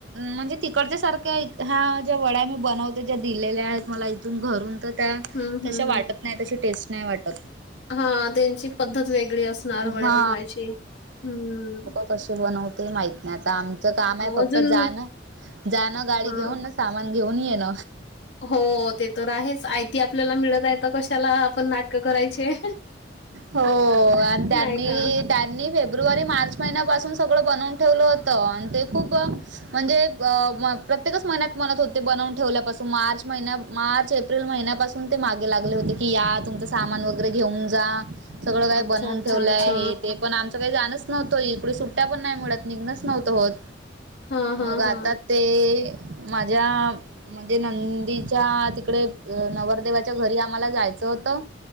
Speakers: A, on the right; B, on the left.
A: म्हणजे तिकडच्या सारख्या ह्या ज्या वड्या मी बनवते ज्या दिलेल्या आहेत मला इथून घरून तर त्या
B: हं, हं,
A: तशा वाटत नाही तशी टेस्ट नाही वाटत.
B: हा त्यांची पद्धत वेगळी असणार
A: हा
B: वड्या बनवायची. हम्म!
A: क बनवते माहित नाही आता आमचं काम आहे फक्त
B: अजून
A: जाणं जाणं गाडी
B: हां.
A: घेऊन सामान घेऊन येन.
B: हो ते तर आहेच आयती आपल्याला मिळत आहे कशाला आपण नाटक करायचे.
A: हो आणि त्यांनी
B: नाही का?
A: त्या मी फेब्रुवारी मार्च महिन्यापासून सगळं बनवून ठेवलं होतं आणि ते खूप म्हणजे ब म-प्रत्येकच महिन्यात म्हनत होते बनवून ठेवल्यापासून मार्च महिन मार्च एप्रिल महिन्यापासून ते मागे लागले होते की या तुमचं सामान वगैरे घेऊन जा. सगळं काय
B: अच्छा,
A: बनवून
B: अच्छा,
A: ठेवलं
B: अच्छा.
A: आहे ते, पण आमचं काही जाणच नव्हतं इकडे सुट्ट्या पण नाही मिणत निघणंच नव्हतं होत.
B: हां, हां,
A: मग
B: हां.
A: आता ते माझ्या म्हणजे, नंदीच्या तिकडे नवरदेवाच्या घरी आम्हाला जायचं होतं.